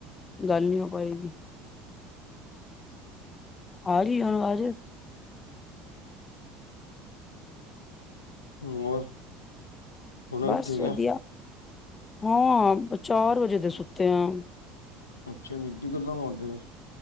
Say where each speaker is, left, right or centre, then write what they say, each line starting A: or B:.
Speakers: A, on the left; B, on the left.
A: ਗੱਲ ਨੀ ਹੋ ਪਾਏਗੀ। ਆਰੀ ਆ ਆਵਾਜ਼
B: <inaudible> ਹੋਰ ਹੁਣੇ
A: ਬਸ
B: ਉੱਠੇ ਗਿਆ
A: ਵਧੀਆ, ਹਾਂ ਬ ਚਾਰ ਵਜੇ ਦੇ ਸੁੱਤੇ ਆਂ
B: ਅੱਛਾ ਜੀ ਏੱਡੀ ਗੱਲਾਂ ਮਾਰਦੇ ਨੇ?